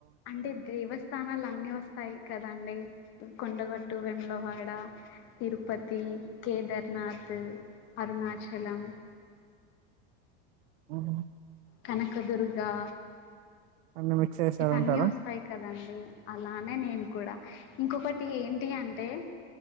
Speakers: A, on the left; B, on the right.
A: అంటే దేవస్థానాలన్నిీ వస్తాయి కదండి కొండగొట్టు అటు వెంలవాడ తిరుపతి కేదార్నాథ్ అరుణాచలం
B: ఊహు
A: కనకదుర్గా
B: అన్ని మిక్స్ చేసారంటారా
A: ఇవన్నీ వస్తాయి కదండీ అలానే నేను కూడ ఇంకొకటి ఏంటి అంటే